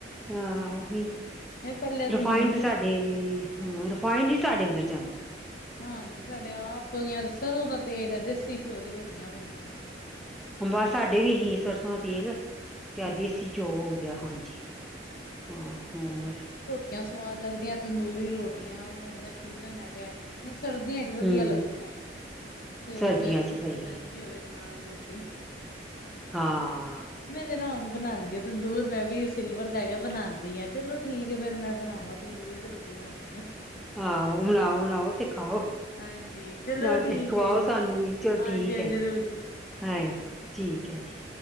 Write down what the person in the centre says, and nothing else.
ਹਾਂ ਓਹੀ।
ਰਿਫਾਇਨ
ਤਾਂ ਸਾਡੇ,
ਰਿਫਾਇਨ ਨੀ ਸਾਡੇ ਅੰਦਰ ਜਾਂਦਾ।
ਹੂ, ਮਾਸਾ ਦੇ ਵੀ ਗਈ ਏ ਸਰਸੋਂ ਦਾ ਤੇਲ ਕਿਆ
ਦੇਸੀ ਚੌਲ? ਯਾ ਹਾਂਜੀ, ਹਾਂ ਹੋਰ।
ਹਮ
ਸਰਦੀਆਂ
ਚ
ਸਹੀ
ਹੈ।
ਹਾਂ।
ਆਓ, ਬਨਾਓ-ਬਨਾਓ ਤੇ ਖਾਓ,
ਨਾਲੇ
ਖਵਾਓ
ਸਾਨੂੰ ਵੀ। ਚਲੋ
ਠੀਕ
ਐ ਜੀ,
ਹਾਏ!
ਠੀਕ ਐ ਜੀ।